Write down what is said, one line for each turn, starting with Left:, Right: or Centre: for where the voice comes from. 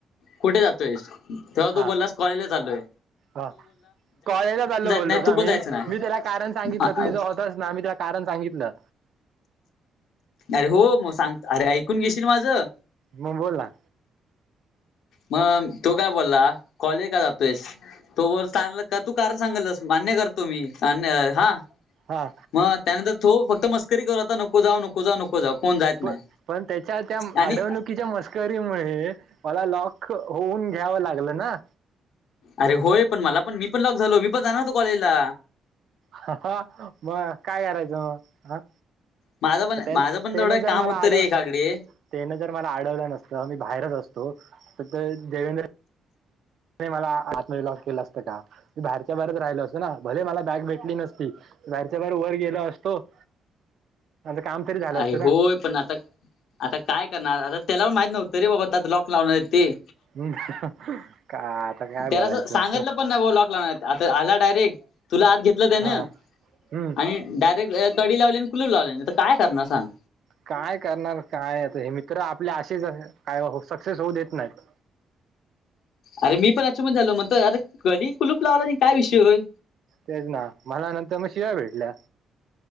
Left: कुठे जातो. तेव्हा
Right: हा
Left: तू बोललास कॉलेज चालोय
Right: हा कॉलेजात चालो बोललो
Left: नाही
Right: का
Left: तू
Right: मी,
Left: पण जायचं
Right: मी त्याला कारण सांगितलं
Left: नाही
Right: तु ज. ना आम्ही त्या कारण सांगितलं.
Left: अरे हो मग सांग अरे ऐकून घेशील माझं?
Right: म बोला.
Left: मग, तो काय बोलला कॉलेज का जातोस? तो बां का तू का सांगलस मान्य कर आण हा
Right: हा
Left: मग त्यानंतर तो फक्त मस्करी कर होता नको जाऊ नको जाऊ नको को जाऊ कोण
Right: प
Left: नाही
Right: पण त्याच्या त्या
Left: आणि
Right: अडवणुकीच्या मस्क करीमुळे मला लॉक होऊन घ्यावं लागलं ना.
Left: अरे होय पण मला पण मी पण लॉक झालो मी पण जाणव होतो कॉलेजला.
Right: हा हा मग काय करायचं मग हा.
Left: माझं पण
Right: त्यान
Left: माझं पण
Right: त्यान
Left: तेवढं
Right: जर
Left: काम
Right: मला
Left: होतं
Right: आड
Left: रे एकाकडे
Right: तेन जर मला आडवलं नसतं मी बाहेरच असतो तर देवेंद्र मला आत मध्ये लॉक केलं असतं का? बाहेरच्या बाहेरच राहिल असतं ना भले मला बॅग भेटली नसती बाहेरच्या बाहेर वर गेलो असतो. <inaudible> काम तरी झालं
Left: अरे
Right: असतं ना
Left: हो पण आता आता काय करणार आता त्याला पण माहित नव्हतं रे बाबा आ लॉक लावणार ते.
Right: हम् का आता काय बोलायचं
Left: त्याला सांगितलं
Right: असं.
Left: पण नाही लॉक लाव आता आला डायरेक्ट तुला आत घेतलंच
Right: हा
Left: ना
Right: हम्म
Left: आणि. डायरेक्ट कडी लावली आणि कुलूप लावले तर काय करणार सांग?
Right: काय करणार काय हे मित्र आपल्या आशेच काय सक्सेस होऊ देत नाहीय.
Left: अर मी पण अचिबन झालो म्हणत अरे कधी कुलप लावला आणि काय विषय होय.
Right: तेच ना मला नंतर मग शिव्या भेटल्या.